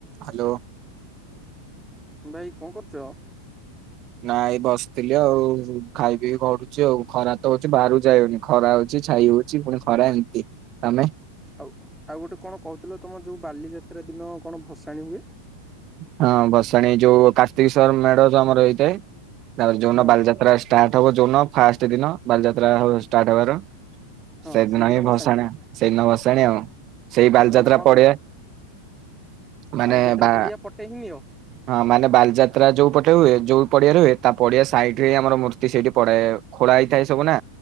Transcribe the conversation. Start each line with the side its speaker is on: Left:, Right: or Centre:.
Right: Hello
Centre: ଭାଇ କଣ କରୁଛ
Right: ନାଇଁ ଏ ବସିଥିଲି ଆଉ ଖାଇ ପିଇ ଘଡୁଛି ଆଉ ଖରା ହଉଛି ବାହାରୁ ଯାଇାଉନି ଖରା ହଉଛି ଛାଇ ହଉଛି ପୁଣି ଖରା ଏମିତି ତମେ
Centre: ଆଉ ଆଉ ଗୋଟେ କଣ କହୁଥିଲ ତମ ଯୋଉ ବାଲିଯାତ୍ରା ଦିନ କଣ ଭସାଣି ହୁଏ
Right: ହଁ ଭସାଣୀ ଯୋଉ କାର୍ତ୍ତିକ ସଵର ମେଢ ତ ଆମର ହେଇଥାଏ। ଉନ
Centre: ହଁ
Right: ବାଲଯାତ୍ରା ଷ୍ଟାର୍ଟ ହବ ଜୋନ ଫାଷ୍ଟ ଦିନ ବାଲିଯାତ୍ରା ଷ୍ଟାର୍ଟ ହବାର।
Centre: ହଁ
Right: ସେଦିନ
Centre: ସେଇଦିନ
Right: ହିଁ
Centre: ଭସାଣି
Right: ଭସାଣା ସେଇଦିନ ଭସାଣି ଆଉ ସେଇ ବାଲିଯାତ୍ରା
Centre: ମାନେ କଣ
Right: ପଡିିବା ମାନେ
Centre: ବାଲିଯାତ୍ରା
Right: ବା।
Centre: ପଡିଆ ପଟେ ହିଁ ନିଅ?
Right: ହଁ ମାନେ ବାଲଯାତ୍ରା ଯଉ ପଟେ। ହୁଏ ଯଉ ପଡିଆ ର ହୁଏ ତା ପଡିଆ ସାଇଟ ରେ ଆମର ମୂର୍ତ୍ତି ସେଇଠି। ପରେ ଖୋଳା ହେଇଥାଏ ସବୁ ନା।